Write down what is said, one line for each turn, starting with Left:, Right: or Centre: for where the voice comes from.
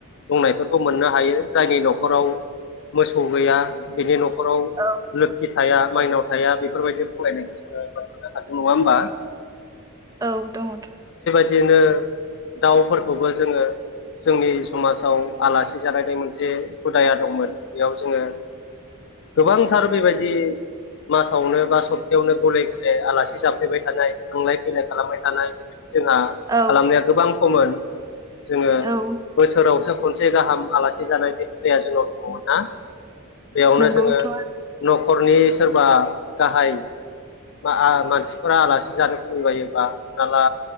Left: बुंनायफोरखौ मोननो हायो जायनि न'खराव मोसौ गैया बिनि न'खराव
Right: औ
Left: लोखि थाया। माइनाव थाया। बेफोरबायदि फरायनायखौ <inaudible> हादों नङा होमबा?
Right: औ, दङ।
Left: दिनो दाउफोरखौबो जोङो जोंनि समाजाव आलासि जालायनाय मोनसे हुदाया दंमोन बेयाव जोङो गोबांथार बेबायदि मासावनो बा सप्तायावनो गले गले आलासि जाफ्लेबाय थानाय थांलाय फैलाय खालामबाय थानाय जोंहा
Right: औ
Left: खालामनाया गोबां खममोन जोङो
Right: औ
Left: बोसोरावसो खनसे गाहाम आलासि जानाय बे खुदाया जोंनाव दङा ना बेयावनो
Right: नंगौथ'
Left: जोङो न'खरनि सोरबा गाहाय मा आ मानसिफोरा आलासि जानो <inaudible> योबा हमना ला